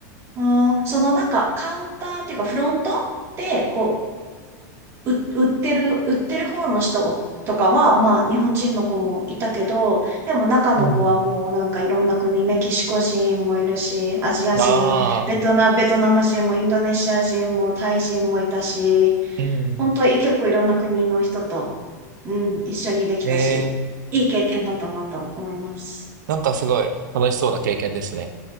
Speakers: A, on the right; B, on the right.
A: うん、そのなんかカウンターっていうかフロントで、こう、売ってる、売ってる方の人とかは、まあ、日本人の子もいたけど、でも中の子はもうなんかいろんな国、
B: うん
A: メキシコ人もいるし、アジア人、
B: ああ、
A: ベトナ、ベトナム人もインドネシア人もタイ人もいたし、
B: うん。
A: 本当に結構いろんな国の人と、うん、一緒にできたし、
B: ええ、
A: いい経験だったなと思います。
B: なんかすごい楽しそうな経験ですね。